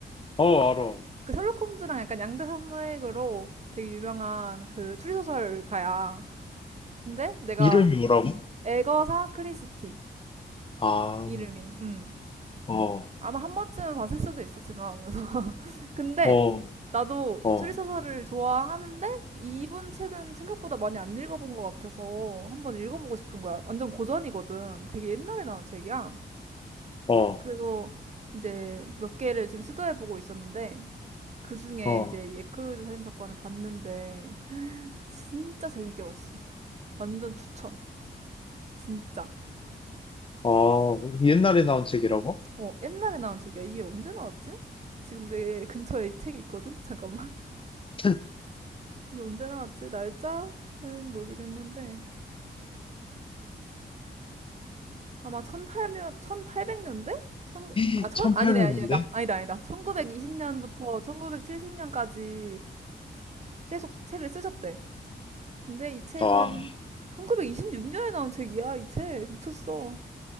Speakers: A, on the left (about 30°); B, on the right (about 40°).
A: 어, 알아.
B: 그 셜록 홈즈랑 약간 양대 산맥으로 되게 유명한 그 추리소설가야. 근데 내가
A: 이름이 뭐라고?
B: 에거사 크리스티
A: 아,
B: 이름이 음.
A: 어,
B: 아마 한 번쯤은 봤을 수도 있어 지나가면서 <laughs> 근데
A: 어,
B: 나도
A: 어,
B: 추리소설을 좋아하는데 이분 책은 생각보다 많이 안 읽어본 것 같아서 한번 읽어보고 싶은 거야 완전 고전이거든 되게 옛날에 나온 책이야
A: 어,
B: 그래서 이제 몇 개를 지금 시도해보고 있었는데 그 중에
A: 어,
B: 이제 이 에크로이드 살인 사건을 봤는데 진짜 재밌게 봤어 완전 추천 진짜
A: 어, 옛날에 나온 책이라고?
B: 어, 옛날에 나온 책이야. 이게 언제 나왔지? 지금 내 <laughs> 근처에 이 책이 있거든? <laughs> 잠깐만.
A: <clears throat>
B: 이게 언제 나왔지? 날짜는 모르겠는데. 아마 1800, 팔백 년대 천,
A: <laughs>
B: 아, 천,
A: 1800년대?
B: 아니네, 아니다. 아니다, 아니다. 1920년부터 1970년까지 계속 책을 쓰셨대. 근데 이 책은
A: 와,
B: 1926년에 나온 책이야, 이 책. 미쳤어.